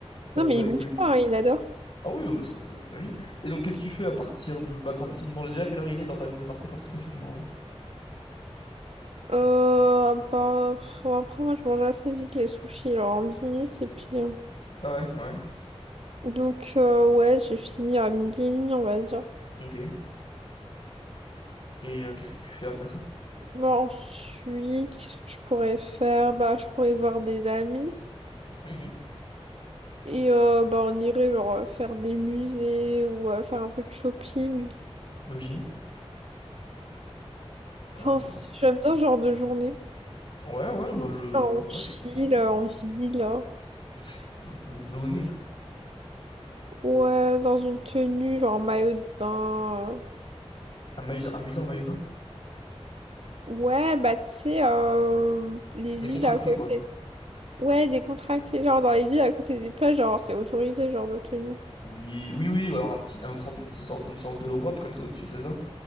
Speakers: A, on the right; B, on the left.
A: Non,
B: Euh,
A: mais
B: bah
A: il
B: écoute.
A: bouge pas, hein, il adore.
B: Ah oui, non, mais je- j'imagine. Et donc, qu'est-ce que tu fais à partir de... Bah, quand t'as fini de manger, déjà, quelle heure il est dans ta journée parfaite lorsque t'as fini de manger?
A: Euh, bah, pff, bon, après, moi, je mange assez vite les sushis, genre en 10 minutes, et puis... euh,
B: Ah ouais, ouais.
A: Donc, euh, ouais, j'ai fini à midi et demi, on va dire.
B: Ok. Et euh, qu'est-ce que tu fais après ça?
A: Bah, ensuite, qu'est-ce que je pourrais faire? Bah, je pourrais voir des amis.
B: Mhm.
A: Et euh, bah, on irait, genre, euh, faire des musées ou euh, faire un peu de shopping.
B: Ok.
A: Enfin,
B: Euh,
A: c- j'aime bien ce genre de journée.
B: Ouais, ouais, bah je,
A: Genre,
B: ouais,
A: On chill,
B: je comprends.
A: euh, en ville. hein.
B: Vous, vous, vous zonez, là.
A: Ouais, dans une tenue, genre maillot de bain. euh.
B: Un maillot, un maillot en maillot de bain?
A: Ouais, bah tu sais, euh, les
B: Décontracté,
A: villes à côté.
B: quoi.
A: Ouais, décontractées, genre dans les villes à côté des plages, genre c'est autorisé, genre de tenue.
B: Oui, oui, oui, ou alors un petit, un sort, une petite sorte, une sorte de robe comme ça au-dessus, c'est ça?